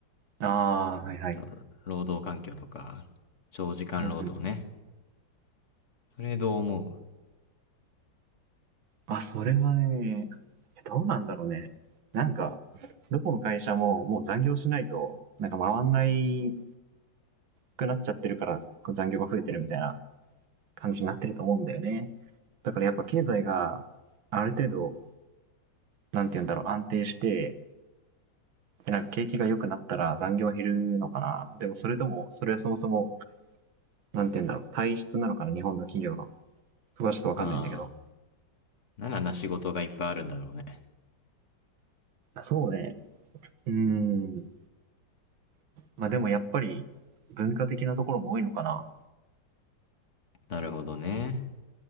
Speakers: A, on the right; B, on the left.
A: ああ、はいはい。
B: あと、労働環境とか、長時間労働ね。
A: うんうん。
B: それどう思う
A: あ、それはね、どうなんだろうね。なんか、どこの会社ももう残業しないと、なんか回んないくなっちゃってるから、こう残業が増えてるみたいな感じになってると思うんだよね。だからやっぱ経済がある程度、なんて言うんだろう、安定して、なんか景気が良くなったら残業減るのかな。でもそれとも、それはそもそも、なんて言うんだろう、体質なのかな、日本の企業の。そこはちょっとわかんないんだけど。
B: ああ、ならな仕事がいっぱいあるんだろうね。
A: そうね。うーん。まあでもやっぱり、文化的なところも多いのかな。
B: なるほどね。